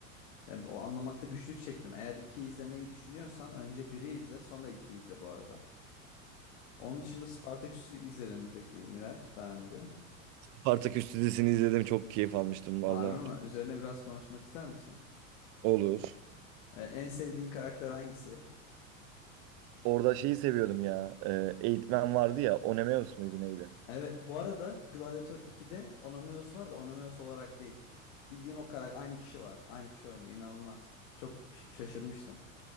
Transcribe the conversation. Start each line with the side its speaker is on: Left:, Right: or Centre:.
Left: Ben o anlamakta güçlük çektim. Eğer iki izlemeyi düşünüyorsan önce biri izle sonra iki izle bu arada. Onun dışında Spartaküs'ü izledin mi peki Miraç daha önce?
Right: Spartaküs dizisini izledim. Çok keyif almıştım
Left: Harbi
Right: valla.
Left: mi? Üzerine biraz konuşmak ister misin?
Right: Olur.
Left: Ee, en sevdiğin karakter hangisi?
Right: Orada şeyi seviyordum ya. E, eğitmen vardı ya. Onemeus muydu neydi?
Left: Evet bu arada Gladiator 2'de Onomeus var da Onomeus olarak değil. Bildiğin o karakter aynı kişi var. Aynı kişi oynuyor. inanılmaz. Çok ş- şaşırmıştım.